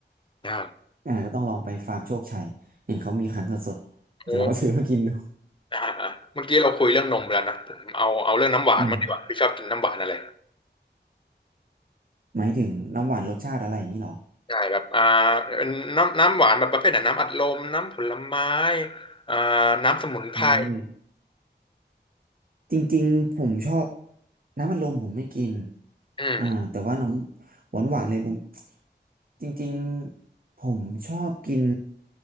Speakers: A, on the left; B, on the right.
A: อ่าก
B: อ่าก็ต้องลองไปฟาร์มโชคชัย เห็นเขามีคั้นสดๆจะลอง
A: เออ
B: <laughs> ซื้อมากินดู
A: อ่าอ่าเมื่อกี้เราคุยเรื่องนมไปแล้วนะผมเอาเอาเรื่องน้ำหวานมางดีกว่าพี่ชอบกินน้ำหวานอะไร
B: อืมหมายถึงน้ำหวานรสชาติอะไรอย่างนี้เหรอ
A: ใช่แบบอ่าน้ำน้ำหวานแบบประเภทไหนน้ำอัดลมน้ำผลไม้อ่าน้ำสมุนไพร
B: อืม จริงๆผมชอบน้ำอัดลมผมไม่กิน
A: อืม
B: อ่าแต่ว่าน้ำหวานหวานเลยผมจริงๆผมชอบกิน